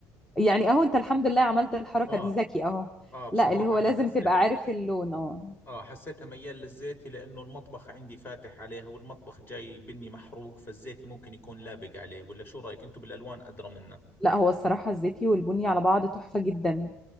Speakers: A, in the centre; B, on the left.
A: يعني اهو انت الحمد لله عملت الحركة
B: اه
A: دي ذكي اهو
B: اه بصراحة
A: لا اللي هو
B: انا
A: لازم
B: حسيتها
A: تبقى عارف اللون اه
B: اه حسيتها ميال للزيتي لانه المطبخ عندي فاتح عليها والمطبخ جاي بني محروق فالزيتي ممكن يكون لابق عليه ولا شو رايك انتم بالالوان ادرى منا
A: لا هو الصراحة الزيتي والبني على بعض تحفة جدا